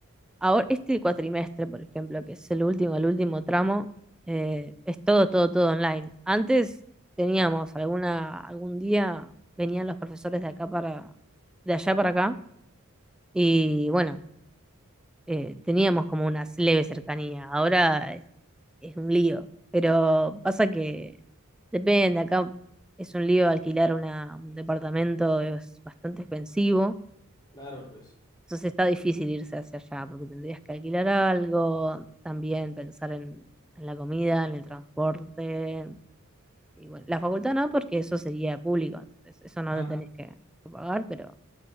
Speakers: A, in the centre; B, on the left (about 15°).
A: ahora, este cuatrimestre, por ejemplo, que es el último, el último tramo, eh, es todo, todo, todo online. Antes teníamos alguna, algún día venían los profesores de acá para, de allá para acá, y bueno, eh, teníamos como una leve cercanía. Ahora es, es un lío. Pero pasa que depende, acá es un lío alquilar una, un departamento, es bastante expensivo.
B: Claro, pues.
A: Entonces está difícil irse hacia allá porque tendrías que alquilar algo, también pensar en, en la comida, en el transporte. Y bueno, la facultad no, porque eso sería público, entonces eso no
B: Ajá.
A: lo tenés que, que pagar, pero